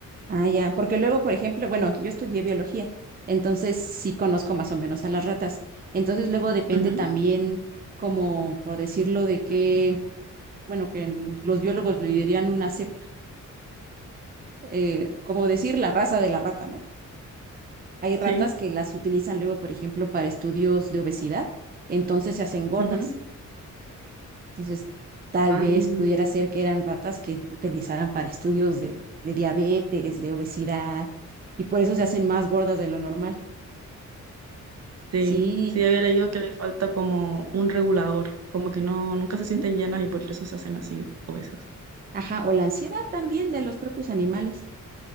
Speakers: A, on the right; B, on the right.
A: Ah, ya, porque luego, por ejemplo, bueno, yo estudié biología, entonces sí conozco más o menos a las ratas. Entonces luego depende
B: Ujú,
A: también, como por decirlo, de qué, bueno, que en- los biólogos le dirían una cepa, eh, como decir la raza de la rata, ¿no? Hay ratas
B: Sí.
A: que las utilizan luego, por ejemplo, para estudios de obesidad, entonces se hacen gordas.
B: Ujú.
A: Entonces, tal
B: Ah,
A: vez pudiera ser que eran ratas que utilizaran para estudios de, de diabetes, de obesidad, y por eso se hacen más gordas de lo normal.
B: sí, sí,
A: Sí,
B: sí, había leído que le falta como un regulador, como que no, nunca se sienten
A: ujú,
B: llenas y por eso se hacen así obesas.
A: ajá, o la ansiedad también de los propios animales,